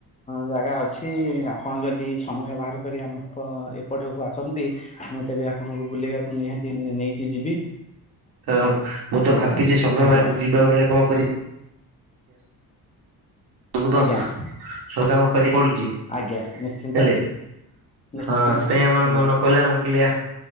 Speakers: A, on the left (about 20°); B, on the right (about 75°).
A: ଜାଗା ଅଛି ଆ ଆପଣ ଯଦି ସମୟ ବାହାର କରି ଆମ ଏପଟକୁ ଆସନ୍ତି ମୁଁ ତେବେ ଆପଣଙ୍କୁ ବୁଲେଇବାକୁ ନିହାତି ନେଇକି ଯିବି।
B: କାରଣ ମୁଁ ତ ଭାବିଛି ସମୟ
A: ଆଜ୍ଞା
B: ବାହାର କରି ଯିବାକୁ ହେଲେ କଣ କରିବି? ସବୁତ
A: ଆଜ୍ଞା
B: ସବୁ କାମ କରିଆକୁ ପଡୁଚି।
A: ଆଜ୍ଞା ନିଶ୍ଚିନ୍ତ
B: ହେଲେ
A: ନିଶ୍ଚିନ୍ତ
B: ହଁ ସେୟା ଆମର
A: ଆଜ୍ଞା
B: ମନେ ପଡ଼ିଲା ମୁଁ କହିଲି ଆ